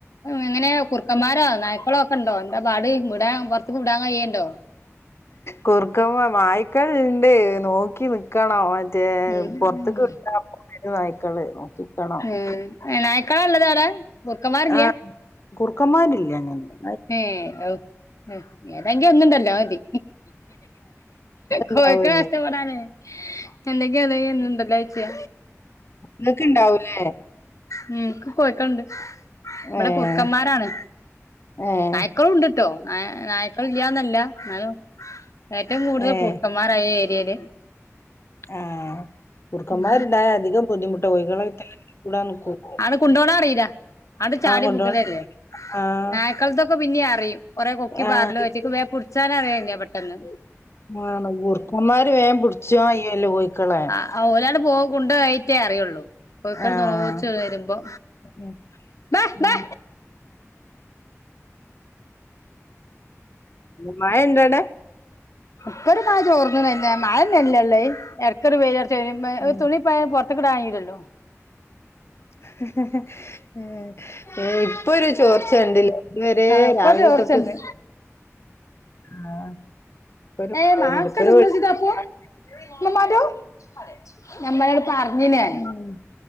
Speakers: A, on the left; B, on the left.
A: എങ്ങനെയ കുറുക്കന്മാരോ നായി കുപ്പളൊക്കെണ്ട എന്താ പാട് വിടൻ പുറത്തക്ക് വിടാൻ കയ്യണ്ടോ
B: കുറുക്കപ നായക്കളുണ്ട് നോക്കി നി ക്കണം മറ്റേ
A: ഉം
B: പുറത്ത്
A: ഉം
B: കട്ട <unintelligible> നക്കാള് നോക്കിക്കണോ
A: ഉം നായിക്കാളാ ഉള്ളത് അവിടെ കുറുക്കന്മാരില്ല
B: ആഹ് കുറുക്കന്മാരില്ല അങ്ങനത്തെ
A: ഏഹ് ഏതെങ്കിലും ഒന്നുംണ്ടല്ലോ അത് മതി
B: ഉണ്ടാവല്ലോ
A: കോഴക്കളെ നഷ്ടപ്പെടാനേ <unintelligible> എന്തെങ്ക അത എന്നണ്ടല്ലോ അയച്ച്യ
B: നിങ്ങൾക്ക് ഇണ്ടാവൂല്ലേ
A: ഉം ഇക്ക് കോഴികൾണ്ട് ഇവിടെ
B: ഏഹ്
A: കുറക്കന്മാരാണ്
B: ഏഹ്
A: ക്കളും ഉണ്ടട്ടോ നായക്കൾ ഇല്ലന്നല്ല എന്നാലും ഏറ്റവും കൂടുതൽ
B: ഏഹ്
A: കുറുക്കമ്മാര മ്മാര ഇ ഏരിയയിൽ
B: ആഹ് കുറുക്കമ്മാർണ്ടായാ
A: ഉം
B: അതികം ബുദ്ധിമുട്ട കോഴികളെ വെയ്താലേ കൂടാൻ നിക്കും
A: ആര കൊണ്ടോണെ അറിയില്ല അങ്ങട്ട് ചാടി
B: കൊണ്ടോണ
A: വുകലല്ലേ
B: ആഹ്
A: നായ്ക്കളത്തൊക്കെ പിന്നെ അറിയും കൊറെ കൊക്കി
B: ആഹ്
A: പാറലും അറ്റാൾക്ക് വേം പുഡ്ച്ചാൻ അറിയ അയനെ പെട്ടെന്ന്
B: ആന്ന് കുർക്കന്മാര് വേം പിടിച്ച അയ്യോല്ലേ കോയിക്കളെ
A: ആഹ് ഓലങ്ങട്ട് പോകും കൊണ്ടോയിട്ടേ അറിയുള്ളൂ കോഴിക്കള
B: ആഹ്
A: നോച്ച വരുമ്പോ
B: ഉം
A: ബ
B: ഉം
A: ബ
B: മഴ ണ്ടോ അവിടെ
A: ഇപ്പ ഒരു മഴ ചോർന്നു ഇതന്നെ മഴന്നല്ലള്ളേ ഇടക്കൊരു വെയിൽ അറച്ചു വെരും
B: ഉം
A: ഒരു തുള്ളി പുറത്ത കടാങ്ങീല്ലോ
B: <unintelligible> ഉം ഇപ്പൊ ഒരു ചോർച്ച ഉണ്ട് ഇതുവരെ
A: ആ ഇപ്പൊ
B: രാവിലെ
A: ചോർച്ചണ്ട്
B: തൊട്ട് ആഹ് ഇപ്പൊരു
A: ഏഹ്
B: മഴണ്ട്
A: മാക്ക
B: ഇപ്പൊരു
A: ന്തസിട്ടപ്പു
B: വെളിച്ചം
A: <unintelligible> ഞമ്മളോട് പറഞീന് ഞാൻ
B: ഉം